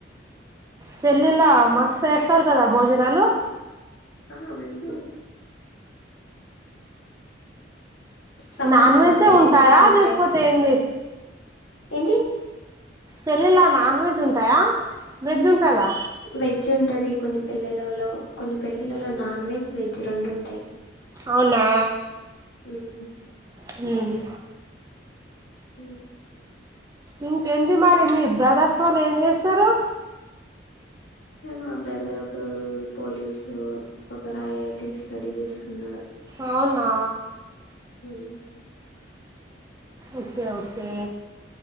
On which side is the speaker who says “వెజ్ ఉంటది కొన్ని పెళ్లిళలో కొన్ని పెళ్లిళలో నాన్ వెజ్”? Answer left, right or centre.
Left